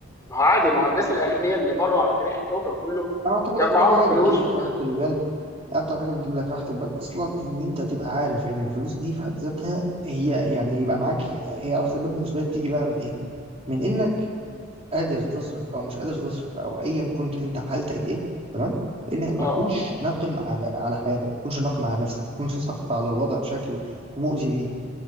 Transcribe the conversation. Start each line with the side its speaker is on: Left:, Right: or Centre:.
Left: ما هو عادي ما هو الناس الاغنياء اللي مروا على تاريخ الكوكب كله
Right: انا اعتقد
Left: كان
Right: اكتر
Left: معاهم
Right: حاجة
Left: فلوس
Right: بتجيب لك
Left: وكده
Right: راحة البال اكتر حاجة بتجيب لك راحة البال اصلا ان انت تبقى عارف ان الفلوس دي في حد ذاتها هي يعني يبقى معاك هي راحة البال بالنسبة لي بتيجي بقى من ايه من انك قادر تصرف او مش قادر تصرف او ايا كنت انت حالتك ايه تمام انك
Left: اه
Right: ما تكونش ناقم على على حياتك ما تكونش ناقم على نفسك ما تكونش ساخط على الوضع بشكل مؤذي ليك